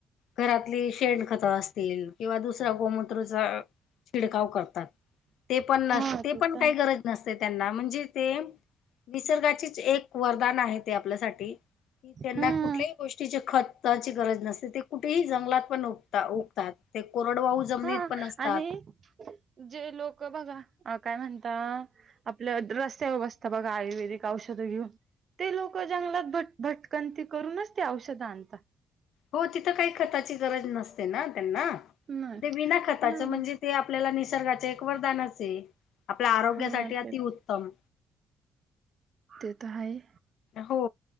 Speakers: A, on the left; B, on the right.
A: घरातली शेण खतं असतील किंवा दुस गोमत्रचा शीडकाव करतात ते पण न
B: हा
A: ते
B: तर
A: पण काही
B: आहे.
A: गरज नसते त्यांना म्हणजे ते- निसर्गाचीच एक वरदान आहे. ते आपल्यासाठी की त्यांना
B: हम्म
A: कुठल्याही गोष्टीचे खत ची गरज नसते ते कुठेही जंगलात पण उगतात ते कोरडवाहू जमनीत
B: हा
A: पण असतात.
B: आणि जे लोक बगा काय म्हणता आपल्या रस्त्यावर बसता बघा आयुर्वेदिक औषधं घेऊन ते लोक जंगलात भट भटकंती करूनच ते औषधं आणतात.
A: हो तिथं काही खताची गरज नसते. त्यांना त्यांना
B: नाही.
A: ते विना खताच
B: नाही
A: म्हणजे ते आपल्याला निसर्गाच एक वरदान अस आहे. आपल्या आरोग्यासाठी
B: हा
A: अतिउत्तम.
B: ते ते तर आहे.
A: हो